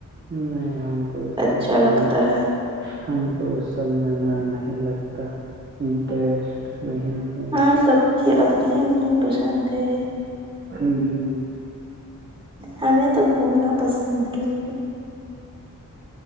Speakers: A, on the right (about 35°); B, on the right (about 15°).
A: نہیں ہم کو
B: اچھا
A: سب میں
B: لگتا ہے
A: ہم کو اس سب میں من نہیں لگتا انٹرسٹ نہیں ہے
B: ہاں سب کی اپنی اپنی پسند ہے
A: ہوں ہ
B: ہمیں تو گھومنا پسند ہے لیکن